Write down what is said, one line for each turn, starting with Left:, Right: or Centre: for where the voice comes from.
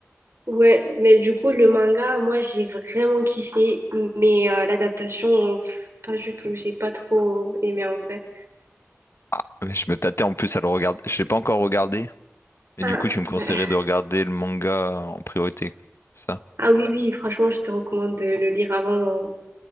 Right: Ouais, mais du coup le manga, moi j'ai vraiment kiffé, mais euh, l'adaptation, pff, pas du tout, j'ai pas trop aimé en vrai.
Left: Ah, mais je me tâtais en plus à le regarder. Je l'ai pas encore regardé, mais
Right: Ah,
Left: du coup, tu me conseillerais
Right: bah,
Left: de regarder le manga en priorité. Ça.
Right: ah oui, oui, franchement, je te recommande de le lire avant euh,